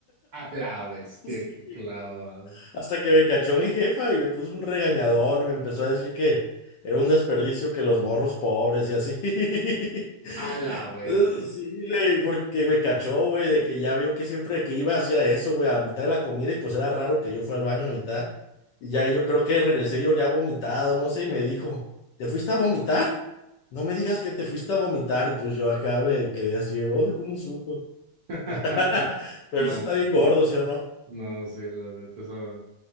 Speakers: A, on the right; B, on the left.
A: A la bestia,
B: <laughs>
A: qué clavado.
B: Hasta que me cachó mi jefa y me puso un regañadón y me empezó a decir que era un desperdicio que los morros pobres y así. <laughs>
A: A la bestia.
B: Eh, Sí, güey, porque me cachó, güey, de que ya vio que siempre que iba hacía eso, güey, a mitad de la comida y pues era raro que yo fuera al baño a mitad. Y ya yo creo que regresé y yo le había vomitado, no sé, y me dijo, ¿te fuiste a vomitar? No me digas que te fuiste a vomitar y pues yo acá me quedé así, uy, ¿cómo supo?
A: <laughs>
B: <laughs> Pero
A: No,
B: eso está bien gordo, ¿sí o no?
A: no, sí, la neta son.